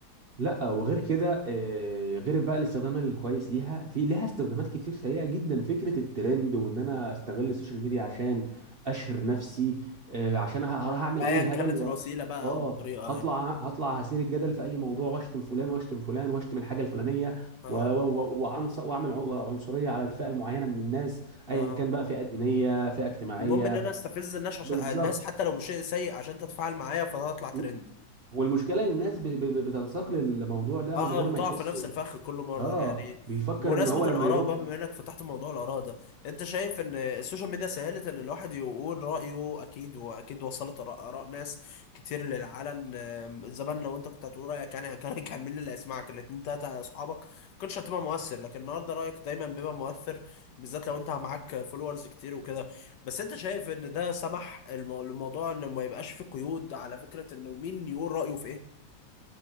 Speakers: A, on the right (about 50°); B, on the left (about 70°).
A: لا وغير كده آه، غير بقى الاستخدام الكويس ليها في لها استخدامات كتير سيئة جدا فكرة الترند وان انا استغل السوشيال ميديا عشان اشهر نفسي آه، عشان ه- هروح اعمل
B: ايا
A: اي هبل
B: كانت
A: و...
B: الوسيله بقى
A: اه
B: او الطريقه
A: هطلع
B: يعني
A: هطلع هثير الجدل في اي موضوع واشتم فلان واشتم فلان واشتم الحاجة الفلانية
B: اه
A: و... و... و... وعنص... واعمل ع- عنصرية على الفئة المعينة من الناس ايا
B: اه
A: كان بقى فئة دينية فئة اجتماعية
B: المهم ان انا استفز الناس عشان
A: بالظبط
B: الناس حتى لو بشيء سيء عشان تتفاعل معايا فهتطلع ترند
A: و- والمشكلة ان الناس ب... ب... ب- بتنساق للموضوع ده
B: اه
A: من
B: اه
A: غير
B: بتقع
A: ما يحسوا
B: في نفس الفخ كل مره
A: اه
B: يعني
A: بيفكر
B: بمناسبه
A: ان هو لما
B: الاراء
A: يرد
B: بقى بما انك فتحت موضوع الاراء ده انت شايف ان السوشيال ميديا سهلت ان الواحد يقول رايه اكيد واكيد وصلت اراء آراء ناس كتير للعلن آم، زمان لو انت كنت هتقول رايك يعني كان <laughs> كان مين اللي هيسمعك الاتنين تلاته اصحابك ما كنتش هتبقى مؤثر لكن النهارده رايك دايما بيبقى مؤثر بالذات لو انت معاك فولورز كتير وكده بس انت شايف ان ده سمح المو- للموضوع ان ما يبقاش فيه قيود على فكره انه مين يقول رايه في ايه